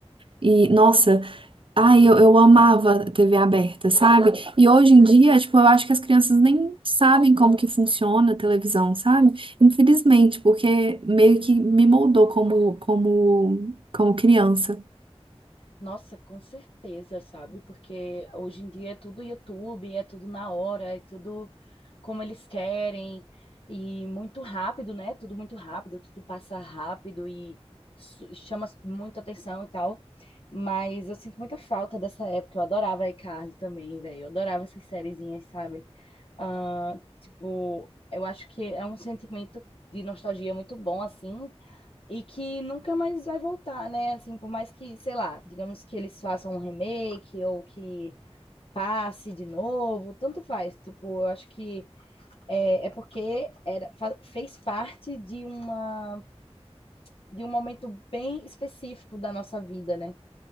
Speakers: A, on the right (about 55°); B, on the left (about 60°).
A: E, nossa, ai, eu, eu amava TV aberta, sabe? E hoje em dia, tipo, eu acho que as crianças nem sabem como que funciona a televisão, sabe? Infelizmente, porque meio que me moldou como, como, como criança.
B: Nossa, com certeza, sabe? Porque hoje em dia é tudo YouTube, é tudo na hora, é tudo como eles querem e muito rápido, né? Tudo muito rápido, tudo passa rápido e su- chama muita atenção e tal. Mas eu sinto muita falta dessa época. Eu adorava a iCarly também, velho. Eu adorava essas sériezinhas, sabe? Ah, tipo, eu acho que é um sentimento de nostalgia muito bom, assim, E que nunca mais vai voltar, né? Assim, por mais que, sei lá, digamos que eles façam um remake ou que passe de novo, tanto faz. Tipo, eu acho que é, é porque era, fa- fez parte de uma, de um momento bem específico da nossa vida, né?